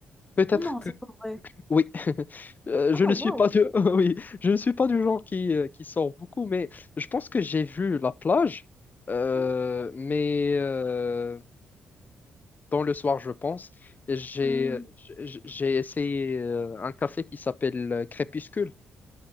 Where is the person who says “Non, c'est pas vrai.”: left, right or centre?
Centre